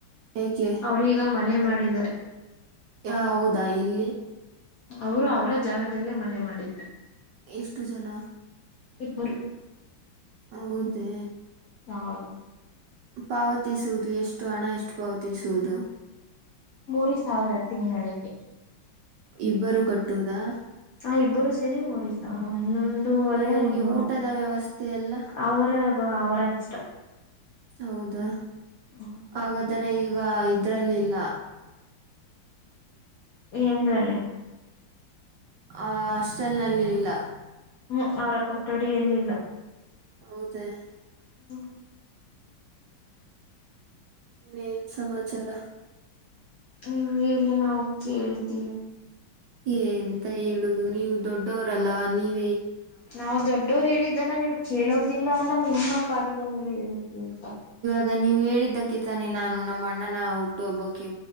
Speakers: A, on the right; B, on the left.
A: ಏಕೆ
B: ಅವ್ರೀಗ ಮನೆ ಮಾಡಿದ್ದಾರೆ
A: ಹ ಹೌದಾ ಎಲ್ಲಿ
B: ಅವರು ಅವರ ಜಾಗದಲ್ಲೇ ಮನೆ ಮಾಡಿದ್ದಾರೆ
A: ಎಷ್ಟು ಜನ
B: ಇಬ್ಬರು
A: ಹೌದೇ
B: ಹೌದು
A: ಪಾವತಿಸುವುದು ಎಷ್ಟು ಹಣ ಎಷ್ಟು ಪಾವತಿಸುವುದು
B: ಮೂರು ಸಾವಿರ ತಿಂಗಳಿಗೆ
A: ಇಬ್ಬರು ಕಟ್ಟುವುದಾ
B: ಹಾ ಇಬ್ಬರು ಸೇರಿ ಮೊರ್ ಅವರು ಒಂದ ಒಂದೂವರೆ
A: ಇವರಿಗೆ
B: ಒಂದೂವರೆ
A: ಊಟದ ವ್ಯವಸ್ಥೆ ಎಲ್ಲ
B: ಅವರ ಅವರ ಇಷ್ಟ
A: ಹೌದಾ
B: ಹೌದು,
A: ಹಾಗಾದ್ರೆ ಈಗ ಇದ್ರಲ್ಲಿಲ್ಲ
B: ಏನಲ್ಲೇ
A: ಆ ಹಾಸ್ಟೆಲ್ ನಲ್ಲಿ ಇಲ್ಲ
B: ಹ್ಮ್ ಅವರ ಕೊಠಡಿಯಲ್ಲಿಲ್ಲ
A: ಹೌದಾ
B: ಹಟ
A: ನೀನ್ ಸಮಾಚಾರ
B: ನೀವು ಎಲ್ಲಿ ನಾವು ಕೇಳ್ತೀವಿ
A: ಏಂತ ಹೇಳುದು ನೀವು ದೊಡ್ಡವರಲ್ಲವಾ ನೀವು
B: ನಾವವು ದೊಡ್ಡೋರು ಹೇಳಿದ್ದನ ನೀವು ಕೇಳೋ ಇದಿಲ್ಲ ಎಲ್ಲ ನಿಮ್ಮ ಪಾಡಿಗೆ ನೀವು ಹೇಳುತ್ತೀಲ್ಲ
A: ಆಗ ನೀವು ಹೇಳಿದ್ದಕ್ಕೆ ತಾನೆ ನಾನು ನಮ್ಮ ಅಣ್ಣನ ಹುಟ್ಟುಹಬ್ಬಕ್ಕೆ